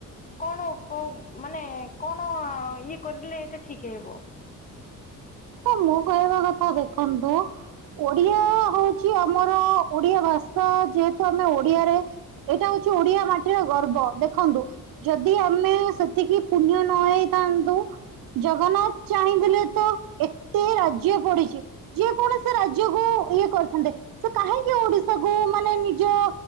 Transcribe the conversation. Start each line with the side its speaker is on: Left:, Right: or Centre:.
Left: କଣ ଉପଗ ମାନେ କଣ ଇଏ କରିଲେ ଏଟା ଠିକ୍ ହେବ?
Right: ତ ମୁଁ କହିବା କଥା ଦେଖନ୍ତୁ ଓଡିଆ ହଉଛି - ଆମର ଓଡିଆ ଭାଷା ଯେହେତୁ ଆମେ ଓଡିଆରେ ଏଟା ହଉଛି ଓଡିଆ - ମାଟିର ଗର୍ବ ଦେଖନ୍ତୁ ଯଦି ଆମେ ସେତିକି ପୁଣ୍ୟ ନହେଇ - ଥାନ୍ତୁ ଜଗନ୍ନାଥ ଚାହିଁଥିଲେ ତ ଏତେ ରାଜ୍ୟ ପଡିଛି - ଯେ କୌଣସି ରାଜ୍ୟକୁ ଇଏ କରିଥାନ୍ତେ ସେ କାହିଁକି ଓଡିଶା ମକୁ ମାନେ ନିଜ